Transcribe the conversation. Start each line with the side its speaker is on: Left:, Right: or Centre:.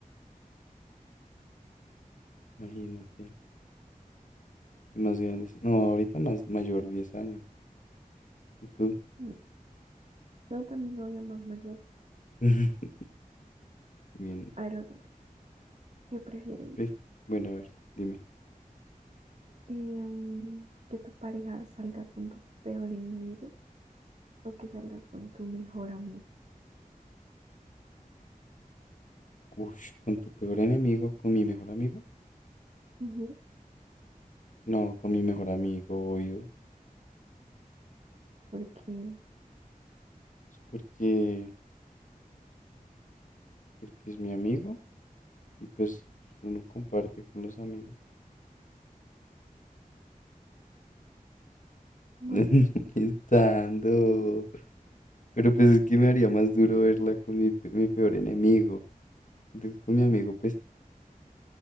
Left: Imagínate. Más grande. No, ahorita más mayor, 10 años. ¿Y tú?
Right: Mm, No, también novio más mayor.
Left: <laughs> Bien,
Right: A ver, otra. ¿Qué prefieres?
Left: Yo pref- Bueno, a ver, dime.
Right: Eh, mm, ¿que tu pareja salga con tu peor enemigo o que salga con tu mejor amigo?
Left: Ush, ¿con tu peor enemigo? ¿Con mi mejor amigo?
Right: Ujú,
Left: No, con mi mejor amigo, obvio.
Right: Porque,
Left: Pues porque, porque es mi amigo y pues uno comparte con los amigos.
Right: bueno,
Left: <laughs> Molestando. Pero pues es que me haría más duro verla con mi, pe- mi peor enemigo. Siento que con mi amigo, pues,